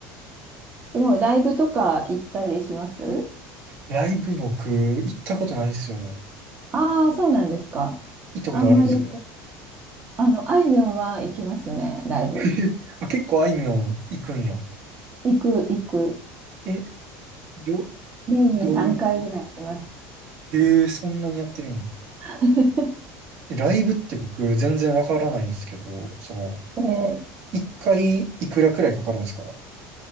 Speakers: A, on the right; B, on the right.
A: すごい。ライブとか行ったりします
B: ライブ僕、行ったことないっすよね。
A: ああ、そうなんですか。
B: 行ったことあるんですか
A: あんまり、あの、あいみょんは行きますね、ライブ。
B: <laughs> あ、結構あいみょん行くんや。
A: 行く、行く。
B: え、ど、
A: 年に3回ぐらい行きます。
B: どういう。へえ、そんなにやってるの
A: <laughs>
B: えライブって僕全然わからないんですけど、その、
A: え
B: 一回いくらくらいかかるんですか